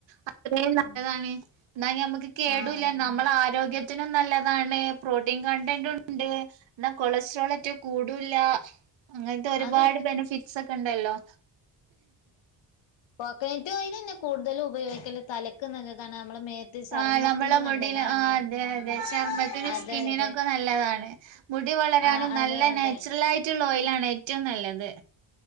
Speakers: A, on the right; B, on the left.
A: അത്രം നല്ലതാണ്
B: ഉം.
A: എന്നാ ഞമ്മക്ക് കേടൂല്ല
B: ആ അതാണ്.
A: നമ്മളെ ആരോഗ്യ ത്തിനും നല്ലതാണ് പ്രോട്ടീൻ കണ്ടൻഡും ഉണ്ട് എന്നാ കൊളസ്ട്രോൾറ്റ് കുടുല്ല. അങ്ങൻത്തെ ഒരുപാട്
B: അത്
A: ബെനഫിറ്റ്സ് ഒക്കെണ്ടല്ലോ.
B: കോക്കനറ്റ് ഓയിൽതന്നെയാ കൂടുതലും ഉപയോഗിക്കല് തലക്ക് നല്ല താണ് നമ്മുടെ മേത്ത് ചർമ്മത്തിന്
A: ആഹ് നമ്മളെ
B: നല്ലതാണ്
A: മുടിൽ ആഹ് അതെ
B: ആ
A: അതെ ചർമ്മത്തിനും
B: അതെ
A: സ്കിന്നിനൊക്കെ
B: അതെ
A: നല്ലതാണ് മുടി വളരാനും
B: ആഹ് അതെ
A: നല്ല
B: അതെ
A: നാച്ചുറൽ ആയിട്ടുള്ള ഓയിൽ ആണ് ഏറ്റവും നല്ലത്